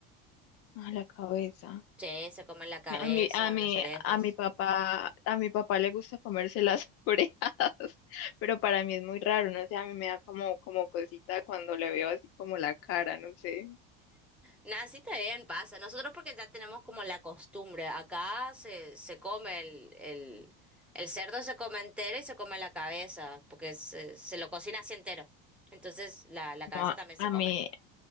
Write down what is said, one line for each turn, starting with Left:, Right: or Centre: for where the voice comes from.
Left: A la cabeza.
Centre: Sí, se come la cabeza,
Left: Mi- A mi, a mi,
Centre: las orejas.
Left: a mi papá, a mi papá le gusta comerse las <laughs> orejas, pero para mí es muy raro, no sé, a mí me da como, como cosita cuando le veo así como la cara, no sé.
Centre: Nada, sí está bien, pasa. Nosotros porque ya tenemos como la costumbre. Acá se, se come el, el, el cerdo, se come entero y se come la cabeza, porque se, se lo cocina así entero. Entonces la, la
Left: No,
Centre: cabeza también
Left: a
Centre: se come.
Left: mí,